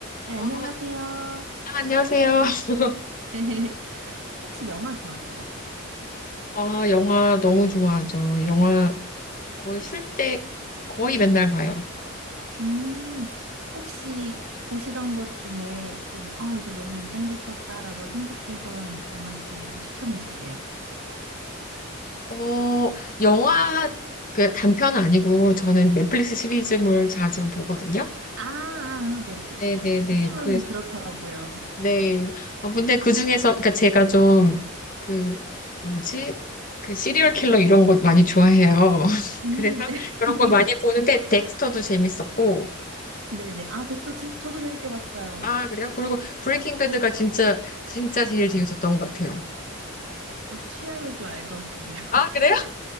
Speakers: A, on the right (about 80°); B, on the left (about 40°).
A: 네,
B: 아,
A: 안녕하세요.
B: 아, 안녕하세요. <laughs>
A: <laughs> 혹시 영화 좋아하세요?
B: 아, 영화 너무 좋아하죠. 영화 거의 쉴 때 거의 맨날 봐요.
A: 음, 혹시 보시던 것 중에 좀, 아, 이거 너무 인상 깊었다라고 생각되던 영화 있으면 추천해 주세요.
B: 어, 영화 그 단편 아니고 저는 넷플릭스 시리즈물 자주 보거든요.
A: 아, 아, 네네.
B: 네네네.
A: 요즘은
B: 그래서,
A: 그렇더라고요.
B: 네. 어, 근데 그 중에서, 그니까 제가 좀 그, 뭐지? 그 시리얼 킬러 이런 것 많이 좋아해요. <laughs>
A: 음,
B: 그래서
A: 네.
B: 그런 걸 많이
A: <laughs>
B: 보는데 덱스터도 재밌었고,
A: 네네. 아, 덱스터 진, 저도 재밌게 봤어요.
B: 아, 그래요? 그리고 브레이킹 배드가 진짜, 진짜 제일 재밌었던 것 같아요.
A: <laughs> 어, 취향을 좀 알 것 같은데요.
B: 아, 그래요?